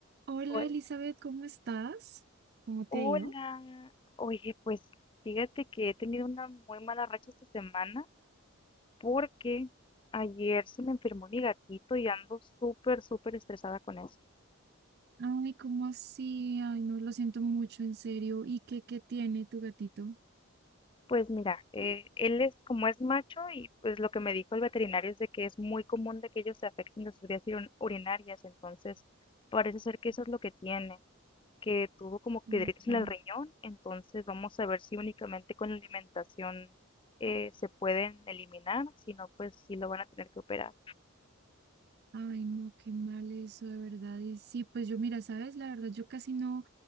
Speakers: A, on the right (about 50°); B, on the left (about 25°).
A: Hola
B: Hol-
A: Elizabeth, ¿cómo estás? ¿Cómo te
B: Hola,
A: ha ido?
B: oye, pues fíjate que he tenido una muy mala racha esta semana porque ayer se me enfermó mi gatito y ando súper, súper estresada con eso.
A: Ay, ¿cómo así? Ay, no, lo siento mucho, en serio. ¿Y qué, qué tiene tu gatito?
B: Pues mira, eh, él es como es macho y pues lo que me dijo el veterinario es de que es muy común de que ellos se afecten de sus vías urin- urinarias, entonces parece ser que eso es lo que tiene. que tuvo como
A: Ok.
B: piedritas en el riñón, entonces vamos a ver si únicamente con la alimentación eh, se pueden eliminar, si no, pues sí lo van a tener que operar.
A: Ay, no, qué mal eso, de verdad. Y sí, pues yo, mira, sabes, la verdad, yo casi no,